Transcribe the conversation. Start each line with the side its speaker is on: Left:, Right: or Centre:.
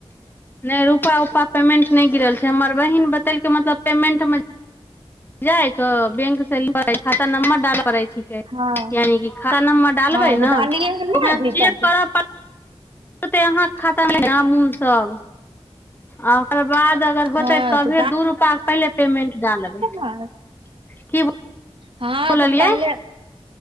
Left: नै रूपा- उपा पेमेंट नै गिरल छैय हमर बहिन बतेलकै मतलब पेमेंट मे जाय क बैंक खाता नम्बर डालऽ रहै छिकै
Right: हँ
Left: यानि कि खाता नम्बर डालबै
Right: हँ तऽ
Left: न
Right: डालियै हन ने
Left: ओमे
Right: अभी
Left: चेक
Right: तक
Left: करऽ पर ओते अहाँ खातामे <unintelligible> सब। आ ओकर बाद अगर होतै
Right: हँ
Left: तबे
Right: तऽ
Left: दू रुपाके पहिले पेमेंट डालबै।
Right: आ।
Left: की
Right: अहाँके
Left: बोललियै
Right: पहिले